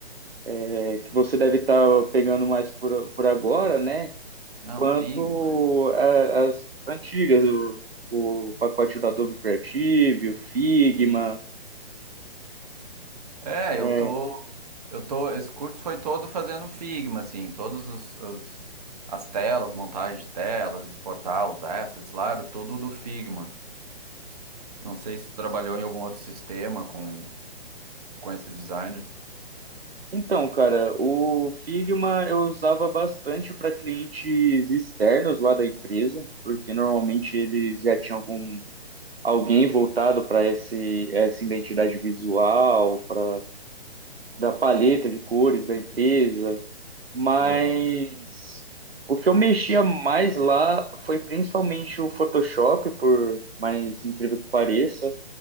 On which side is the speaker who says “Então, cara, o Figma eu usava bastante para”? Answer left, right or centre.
Right